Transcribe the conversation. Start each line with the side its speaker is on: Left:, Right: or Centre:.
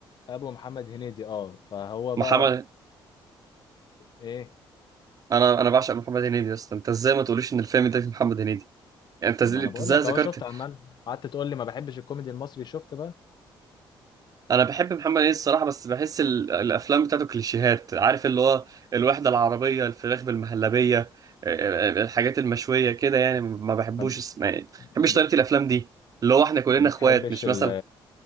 Left: ابو محمد هنيدي اه فهو
Right: محمد
Left: بقى ايه
Right: انا انا بعشق محمد هنيدي يا اسطى انت ازاي ما تقوليش ان الفيلم ده فيه محمد هنيدي يعني انت
Left: طب
Right: ازاي
Left: ما انا
Right: أنت
Left: بقول
Right: إزاي
Left: لك
Right: ذكرت
Left: اهو شفت عمال قعدت تقول لي ما بحبش الكوميدي المصري شفت بقى
Right: انا بحب محمد هنيدي الصراحه بس بحس ال... الافلام بتاعته كليشيهات عارف اللي هو الوحده العربيه الفراخ بالمهلبيه آه، آه، الحاجات المشويه كده يعني ما بحبوش
Left: ما
Right: اسم- يعني ما
Left: ما
Right: بحبش طريقه الافلام دي اللي هو احنا كلنا
Left: ما بتحبش
Right: اخوات مش
Left: ال...
Right: مثلا